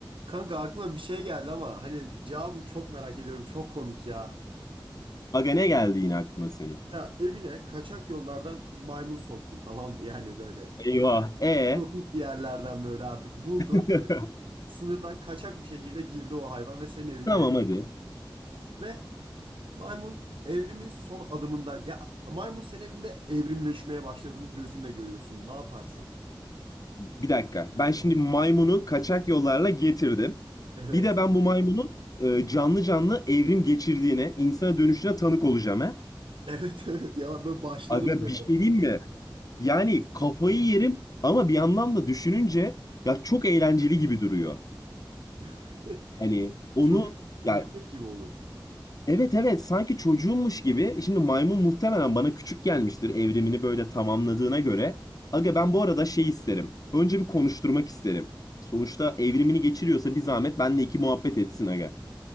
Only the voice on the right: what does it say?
Kanka aklıma bir şey geldi ama hani cevabını çok merak ediyorum. Çok komik ya.
Ya evine kaçak yollardan maymun soktun tamam mı? Yani böyle
tropik bir yerlerden böyle artık buldun.
Sınırdan kaçak bir şekilde girdi o hayvan ve senin evinde
yaşıyor.
Ve maymun evrimin son adımından ya maymun senin evinde evrimleşmeye başladığını gözünle görüyorsun. Ne yaparsın?
Evet.
Evet evet ya böyle başladı
böyle.
Ya, <laughs>
çocuk büyütmek
gibi olur.